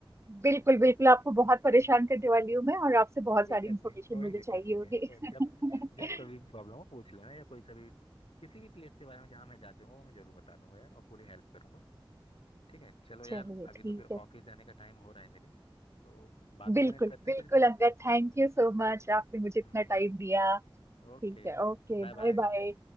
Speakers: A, on the right (about 30°); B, on the left (about 80°).
A: बिल्कुल बिल्कुल आपको बहुत परेशान करने वाली हूँ मैं और आपसे
B: कोई
A: बहुत
B: दिक्कत
A: सारी इन्फॉर्मेशन
B: नहीं कोई
A: मुझे
B: दिक्कत
A: चाहिए
B: नहीं
A: होगी
B: है तो जब जब
A: <laughs>
B: कभी भी प्रॉब्लम हो पूछ लेना या कोई सा भी किसी भी प्लेस के बारे में जहाँ मैं जा चुका हूँ वो मैं जरूर बता दूंगा यार और पूरी हेल्प करूंगा ठीक है चलो यार
A: चलिए
B: अभी
A: ठीक
B: तो फिर
A: है
B: ऑफिस जाने का टाइम हो रहा है मेरे तो बाद में
A: बिल्कुल
B: कनेक्ट करते हैं
A: बिल्कुल
B: किसी दिन
A: Angad thank you so much आपने मुझे
B: हम्म
A: इतना टाइम दिया ठीक
B: Okay
A: है ओके
B: bye bye
A: बाय बाय